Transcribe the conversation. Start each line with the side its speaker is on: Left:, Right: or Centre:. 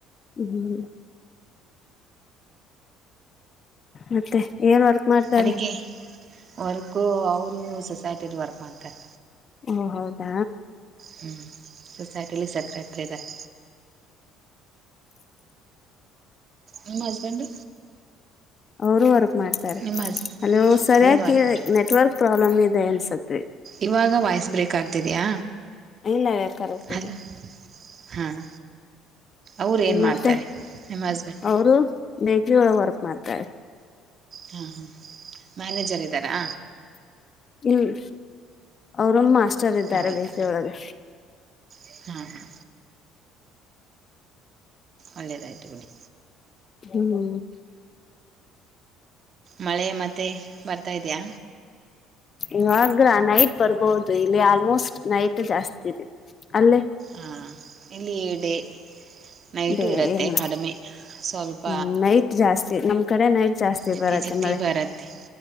Left: ಹ್ಮ್ ಮತ್ತೆ ಏನ್ ವರ್ಕ್ ಮಾಡ್ತಾರೆ
Right: ಅಡುಗೆ ವರ್ಕು ಅವರು ಸೊಸೈಟಿದ ವರ್ಕ್ ಮಾಡ್ತಾರೆ.
Left: ಓ ಹೌದಾ
Right: ಹ್ಞೂ ಸೊಸೈಟಿಲಿ ಸೆಕ್ಯೂರ್ಟರಿ ಇದಾರೆ. ನಿಮ್ಮ ಹಸ್ಬೆಂಡ್
Left: ಅವರುೂ ವರ್ಕ್ ಮಾಡ್ತಾರೆ.
Right: ನಿಮ್ಮ ಹಸ್
Left: ಹಲೋ ಸರಿಯಕ
Right: ಏನು ವರ್ಕ್ ಮಾಡ್ತಾರೆ
Left: ನೆಟ್ವರ್ಕ್ ಪ್ರಾಬ್ಲಮ್ ಇದೆ ಅನ್ಸತ್ರಿ
Right: ಇವಾಗ ವಾಯ್ಸ್ ಬ್ರೇಕ ಆಗ್ತಿದಿಯಾ
Left: ಇಲ್ಲ ಕರೆಕ್ಟ್
Right: ಹಲೋ
Left: ಇದೆ
Right: ಹಾಂ ಅವರು ಏನು ಮಾಡ್ತಾರೆ
Left: ಮತ್ತೆ
Right: ನಿಮ್ಮ ಹಸ್ಬೆಂಡ್
Left: ಅವರು ಬೇಕರಿ ಒಳಗೆ ವರ್ಕ್ ಮಾಡ್ತಾರೆ.
Right: ಹಾಂ ಹಾ ಮ್ಯಾನೇಜರ್ ಇದ್ದಾರಾ
Left: ಹ್ಮ್ ಅವ್ರಮ್ಮ ಮಾಸ್ಟ್ ಚರಿದ್ದಾರೆ
Right: ಹೌದಾ
Left: ಬೇಕರಿ ಒಳಗೆ
Right: ಹಾಂ ಹಾಂ ಒಳ್ಳೇದಯ್ತು ಬಿಡಿ
Left: ಹ್ಮ್
Right: ಮಳೆ ಮತ್ತೆ ಬರ್ತಾ ಇದ್ಯಾ
Left: ಇವಾಗ ನೈಟ್ ಬರ್ಬಹದು ಇಲ್ಲಿ ಆಲ್ಮೋಸ್ಟ್ ನೈಟ್ ಜಾಸ್ತಿ ಇದೆ ಅಲ್ಲೇ.
Right: ಹಾ ಇಲ್ಲಿ ಡೇ ನೈಟು
Left: ಡೇ
Right: ಇರುತ್ತೆ
Left: ಇಲ್ಲ
Right: ಕಡಿಮೆ ಸ್ವಲ್ಪ
Left: ಹ್ಮ್ ನೈಟ್ ಜಾಸ್ತಿ ನಮ್ ಕಡೆ ನೈಟ್ ಜಾಸ್ತಿ
Right: ಜಿಟಿ
Left: ಬರುತ್ತೆ
Right: ಜಿಟಿ
Left: ಮಳೆ
Right: ಬರುತ್ತೆ